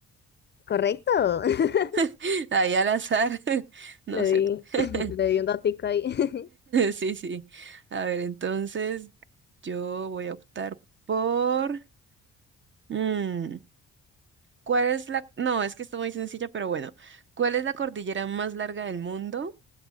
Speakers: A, on the left (about 35°); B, on the right (about 40°).
A: Correcto. <laughs>
B: <laughs> Ahí al azar, <laughs> no
A: Le
B: sé.
A: di,
B: <laughs>
A: <clears throat> le di un datico ahí. <laughs>
B: Sí, sí. A ver, entonces yo voy a optar por... mm, ¿cuál es la... No, es que está muy sencilla, pero bueno. ¿Cuál es la cordillera más larga del mundo?